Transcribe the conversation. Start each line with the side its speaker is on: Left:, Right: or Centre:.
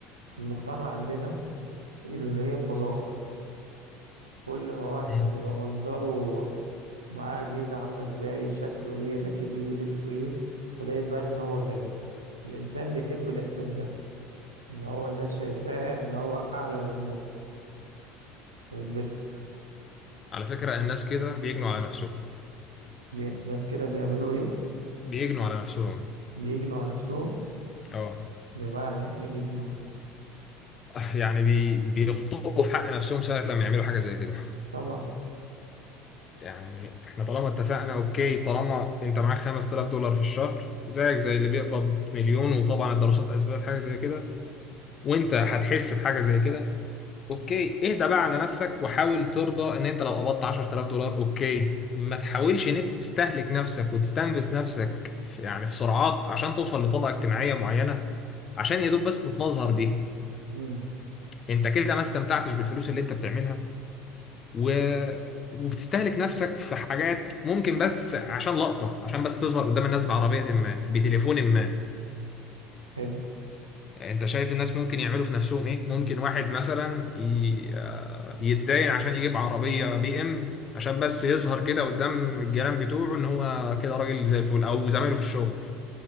Right: في المجتمع عندنا اللي هي المظاهر كل ما واحد
Left: مم.
Right: يبقى منظره معاه أجهزة عاملة إزاي شكله إيه راكب إيه لبسه إيه فده يبان إن هو غني والإنسان بيحب الإحساس ده إن هو الناس شايفاه إن هو أعلى منه فيتبسط
Left: على فكرة الناس كده بيجنوا على نفسهم
Right: بي... ناس كده بيعملوا ايه
Left: بيجنوا على نفسهم
Right: بيجنوا على نفسهم
Left: اه
Right: بمعنى يعني بيجنوا
Left: <laughs> يعني بي... بيخطئوا في حق نفسهم ساعة لما يعملوا حاجة زي كده
Right: طبعا
Left: يعني احنا طالما اتفقنا اوكي طالما انت معاك 5000 دولار في الشهر زيك زي اللي بيقبض مليون وطبعا الدراسات اثبتت حاجه زي كده وانت هتحس بحاجه زي كده اوكي اهدى بقى على نفسك وحاول ترضى ان انت لو قبضت 10000 دولار اوكي ما تحاولش ان انت تستهلك نفسك وتستنفذ نفسك في يعني في سرعات عشان توصل لطبقه اجتماعيه معينه عشان يا دوب بس تتمظهر بيها
Right: مم.
Left: انت كده ما استمتعتش بالفلوس اللي انت بتعملها و... وبتستهلك نفسك في حاجات ممكن بس عشان لقطة عشان بس تظهر قدام الناس بعربية ما بتليفون ما
Right: حلو
Left: انت شايف الناس ممكن يعملوا في نفسهم ايه ممكن واحد مثلا ي... آه، يتداين عشان يجيب عربية بي ام عشان بس يظهر كده قدام الجيران بتوعه ان هو كده راجل زي الفل او زمايله في الشغل